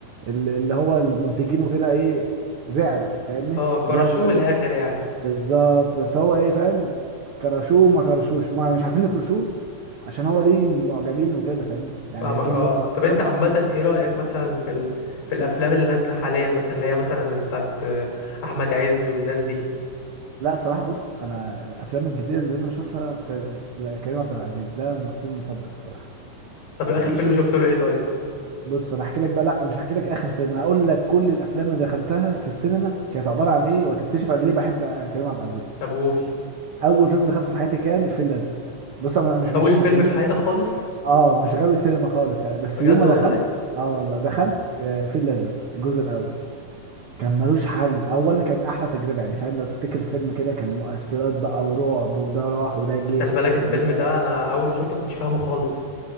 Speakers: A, on the right (about 85°); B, on the left (about 85°).
A: ال- اللي هو المنتجين وكده ايه زعلوا فاهمني
B: اه كرشوه
A: زعلوا بقى
B: من الاخر يعني
A: بالظبط بس هو ايه فاهم كرشوه ما كرشوش ما مش عارفين يكرشوه عشان هو ليه معجبين وكده فاهمني يعني
B: فاهمك
A: هيجيب
B: اه
A: لهم ارقام
B: طب انت عامة ايه رأيك مثلا في ال... في الافلام اللي نازلة حاليا مثلا اللي هي مثلا اللي بتاعت آه، احمد عز والناس دي
A: لا الصراحه بص انا الافلام الجديده اللي لازم اشوفها في كريم عبد العزيز ده ممثلي المفضل الصراحه
B: طب اخر
A: مفيش
B: فيلم
A: فيلم
B: شفت له ايه طيب
A: بص انا هحكي لك بقى لا مش هحكي لك اخر فيلم انا هقول لك كل الافلام اللي دخلتها في السينما كانت عباره عن ايه وتكتشف قد ليه بحب كريم عبد العزيز
B: طب قول
A: اول فيلم دخلت في حياتي كان الفيل الازرق بص انا مش مش
B: اول فيلم
A: مش
B: في حياتك خالص
A: اه مش غاوي سينما خالص يعني بس
B: بجد
A: يوم ما
B: والله
A: دخلت اه والله دخلت آه، الفيل الازرق الجزء الاول كان ملوش حل اولا كان احلى تجربه يعني فاهم لو تفتكر الفيلم كده كان مؤثرات بقى ورعب وده راح وده جه
B: خلي بالك الفيلم
A: و
B: ده انا اول ما شفته ما كنتش فاهمه خالص